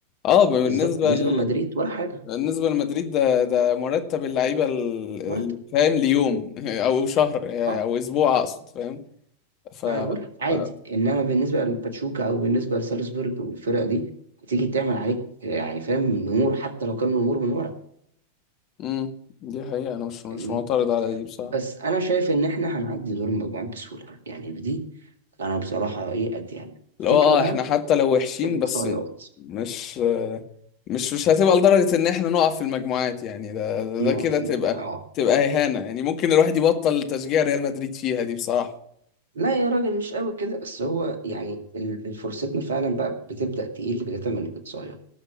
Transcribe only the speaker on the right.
بالظبط بالنسبه
لمدريد ولا حاجه
مرتب
اه
انا بقول لك عادي انما بالنسبه لباتشوكا او بالنسبه لسالزبورج والفرقه دي هتيجي تعمل عليك يعني فاهم نمور حتى لو كان نمور من ورا
فاهمني
بس انا شايف ان احنا هنعدي دور المجموعات بسهوله يعني في دي انا بصراحه ايه اديها لك.
الفكره
بقى
في الاقصائيات
نقع
في
الم- اه
لا يا راجل مش قوي كده بس هو يعني ال- الفرصتنا فعلا بقى بتبدأ تقل بداية من الإقصائيات